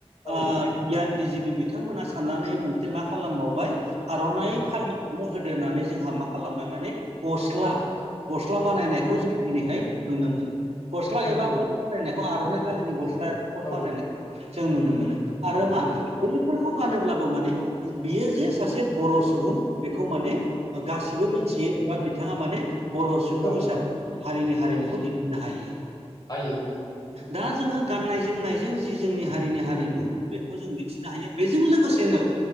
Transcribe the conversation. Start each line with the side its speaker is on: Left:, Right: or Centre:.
Left: औ
Right: ओ गियाननि जिबि बिथांमोना साननानै मोनसे मा खालामबावबाय आर'नाइ
Left: नंगौ
Right: फालि बेनो होदो होननानै जोंहा मा खालामबाय माने गस्ला
Left: औ
Right: गस्ला बानायनायखौ
Left: औ
Right: जों दिनैहाय नुनो मोनो। गस्ला
Left: नंगौ
Right: एबा खट बानायनायखौ आर'नाइ फालिनि
Left: औ
Right: गस्ला एबा खट
Left: औ
Right: बानायनायखौ जों नुनो मोनो। आरो मा?
Left: नुनो मोनो
Right: बैफोरखौ गानोब्लाबो माने बियो जे सासे बर' सुबुं बेखौ माने गासिबो
Left: औ
Right: मिथियो एबा बिथाङा माने बर' सुबुं
Left: औ
Right: हिसाबै हारिनि हारिमुखौ
Left: औ
Right: दिन्थिनो हायो।
Left: हायो
Right: दा जोंङो गाननाय जोमनायजों जि जोंनि हारिनि हारिमु बेखौ जों मिथिनो हायो बेजों लोगोसेनो